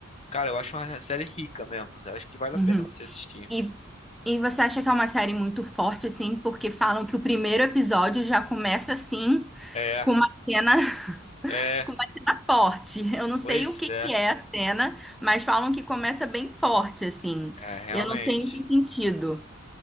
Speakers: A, on the left (about 30°); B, in the centre.
A: Cara, eu acho uma série rica mesmo. Eu acho que vale
B: Uhum.
A: a pena você assistir.
B: E, e você acha que é uma série muito forte, assim, porque falam que o primeiro episódio já começa assim,
A: É,
B: com uma cena, <laughs>
A: é,
B: com uma cena forte. Eu não sei
A: pois
B: o que
A: é,
B: que é a cena, mas falam que começa bem forte, assim.
A: é realmente.
B: Eu não sei em que sentido.